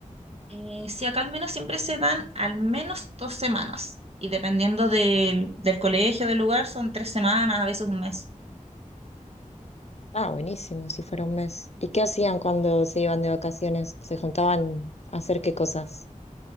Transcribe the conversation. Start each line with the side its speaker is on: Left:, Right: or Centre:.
Right: Eh, sí, acá al menos siempre se dan al menos dos semanas y dependiendo del, del colegio, del lugar, son tres semanas, a veces un mes.
Left: Ah, buenísimo, si fuera un mes. ¿Y qué hacían cuando se iban de vacaciones? ¿Se juntaban a hacer qué cosas?